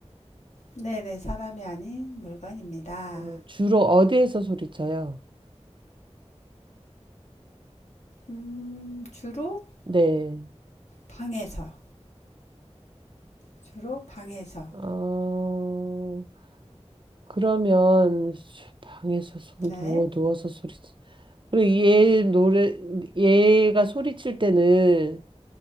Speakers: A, on the left; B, on the right.
A: 네네, 사람이 아닌 물건입니다.
B: 어, 주로 어디에서 소리쳐요?
A: 음, 주로
B: 네.
A: 방에서. 주로 방에서.
B: 어, 그러면 방에서 손
A: 네.
B: 누워 누워서 소리. 그리고 얘 노래 얘가 소리칠 때는